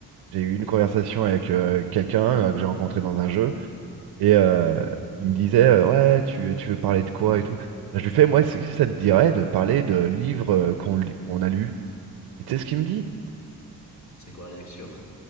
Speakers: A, on the right; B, on the left.
A: j'ai eu une conversation avec euh, quelqu'un euh, que j'ai rencontré dans un jeu. Et euh, il me disait euh, Ouais, tu, tu veux parler de quoi et tout. Bah, je lui fais Moi, est-ce que ça te dirait de parler de livres euh, qu'on lit- qu'on a lus? Et tu sais ce qu'il me dit?
B: C'est quoi la lecture?